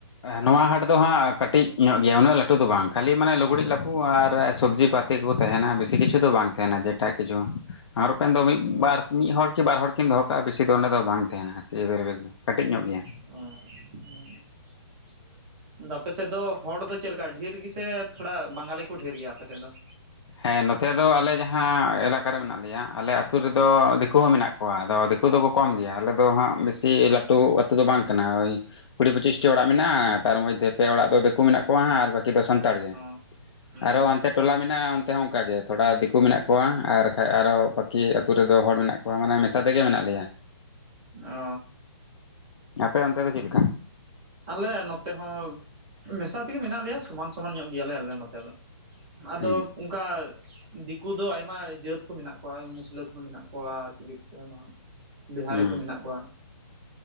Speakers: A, on the left; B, on the right.
A: ᱱᱚᱣᱟ ᱦᱟᱴ ᱫᱚ ᱦᱟᱸᱜ ᱠᱟᱹᱴᱤᱡ ᱧᱚᱜ ᱜᱮᱭᱟ ᱩᱱᱟᱹᱜ ᱞᱟᱹᱴᱩ ᱫᱚ ᱵᱟᱝ ᱠᱷᱟᱹᱞᱤ ᱢᱟᱱᱮ ᱞᱩᱜᱽᱲᱤᱡ ᱞᱟᱴᱩ ᱟᱨ ᱥᱚᱵᱡᱤ ᱯᱟᱛ ᱤ ᱛᱮᱠᱚ ᱛᱟᱦᱮᱱᱟ ᱵᱮᱥᱤ ᱠᱤᱪᱷᱩ ᱫᱚ ᱵᱟᱝ ᱛᱟᱦᱮᱱᱟ ᱡᱮ ᱮᱴᱟᱜ ᱠᱤᱪᱷᱩ ᱟᱨ ᱦᱚᱨᱚᱜ ᱯᱮᱱ ᱫᱚ ᱢᱤᱫ ᱵᱟᱨ ᱢᱤᱫ ᱦᱚᱲ ᱠᱤ ᱵᱟᱨ ᱦᱚᱲ ᱠᱤᱱ ᱫᱚᱦᱚ ᱠᱟᱜᱼᱟ ᱵᱮᱥᱤ ᱫᱚ ᱚᱸᱰᱮ ᱫᱚ ᱵᱟᱝ ᱛᱟᱦᱮᱱᱟ ᱮᱵᱮᱞᱮᱵᱮᱞ ᱫᱚ ᱠᱟᱹᱴᱤᱡ ᱧᱚᱜ ᱜᱮᱭᱟ
B: ᱚ ᱫᱚ ᱟᱯᱮ ᱥᱮᱫ ᱫᱚ ᱦᱚᱲ ᱫᱚ ᱪᱮᱫᱞᱮᱠᱟ ᱰᱷᱮᱨ ᱜᱮᱥᱮ ᱛᱷᱚᱲᱟ ᱵᱟᱝᱜᱟᱞᱤ ᱠᱚ ᱰᱷᱮᱨ ᱜᱮᱭᱟ ᱟᱯᱮ ᱥᱮᱫ ᱫᱚ
A: ᱦᱮᱸ ᱱᱚᱛᱮ ᱫᱚ ᱟᱞᱮ ᱡᱟᱦᱟᱸ ᱮᱞᱟᱠᱟᱮ ᱢᱮᱱᱟᱜ ᱞᱮᱭᱟ ᱟᱞᱮ ᱟᱹᱛᱩᱳ ᱨᱮᱫᱚ ᱫᱤᱠᱩ ᱦᱚᱸ ᱢᱮᱱᱟᱜ ᱠᱚᱣᱟ ᱟᱫᱚ ᱫᱤ ᱠᱩ ᱫᱚᱠᱚ ᱠᱚᱢ ᱜᱮᱭᱟ ᱟᱞᱮᱫᱚ ᱦᱟᱸᱜ ᱵᱮᱥᱤ ᱞᱟᱹᱴᱩ ᱟᱹᱛᱩ ᱫᱚ ᱵᱟᱝ ᱠᱟᱱᱟ ᱳᱭ ᱠᱩᱲᱤ ᱯᱚᱸᱪᱤᱥᱴᱤ ᱚᱲᱟᱜ ᱢᱮᱱᱟᱜᱼᱟ ᱛᱟᱨ ᱢᱚᱫᱽᱫᱷᱮ ᱯᱮ ᱚᱲᱟᱜ ᱫᱚ ᱫᱤᱠᱩ ᱢᱮᱱᱟᱜ ᱠᱚᱣᱟᱟᱸ ᱟᱨ ᱵᱟᱹᱠᱤ ᱫᱚ ᱥᱟᱱ ᱛᱟᱲ ᱜᱮ
B: ᱚ ᱦᱩᱸ
A: ᱟᱨᱳ
B: ᱦᱩᱸ
A: ᱦᱱᱛᱮ ᱴᱚᱞᱟ ᱢᱮᱱᱟᱜᱼᱟ ᱚᱱ ᱛᱮᱦᱚᱸ ᱚᱱᱠᱟᱜ ᱜᱮ ᱛᱷᱚᱲᱟ ᱫᱤᱠᱩ ᱢᱮᱱᱟᱜ ᱠᱚᱣᱟ ᱟᱨ ᱵᱟᱠᱟᱡ ᱟᱨᱚ ᱵᱟᱹᱠᱤ ᱟᱹᱛᱩ ᱨᱮᱫᱚ ᱦᱚᱲ ᱢᱮᱱᱟᱜ ᱠᱚᱣᱟ ᱢᱟᱱᱮ ᱢᱮᱥᱟ ᱛᱮᱜᱮ ᱢᱮᱱᱟᱜ ᱞᱮᱭᱟ
B: ᱚ
A: ᱟᱯᱮ ᱚᱱᱛᱮ ᱫᱚ ᱪᱮᱫᱮ ᱞᱮᱠᱟ
B: ᱟᱞᱮ ᱱᱚᱛᱮ ᱦᱚᱸ ᱢᱮᱥᱟ ᱛᱮᱜᱮ ᱢᱮᱱᱟᱜ ᱞᱮᱭᱟ ᱥᱚᱢᱟᱱ ᱥᱚᱢᱟᱱ ᱧᱚᱜ ᱜᱮᱭᱟᱞᱮ ᱟᱞᱮ ᱱᱚᱛᱮ ᱫᱚ ᱟᱫᱚ
A: ᱦᱩᱸ
B: ᱚᱱᱠᱟ ᱫᱤᱠᱩ ᱫᱚ ᱟᱭᱢᱟ ᱡᱟᱹᱛ ᱠᱚ ᱢᱮᱱᱟᱜ ᱠᱚᱣᱟ ᱢᱩᱥᱞᱟᱹ ᱠᱚᱦᱚᱸ ᱢᱮᱱᱟᱜ ᱠᱚᱣᱟ ᱪᱤᱞᱤ ᱟᱭᱢᱟ ᱵᱤᱦᱟᱨ
A: ᱦᱩᱸ
B: ᱨᱮ ᱠᱩ ᱢᱮᱱᱟᱜ ᱠᱚᱣᱟ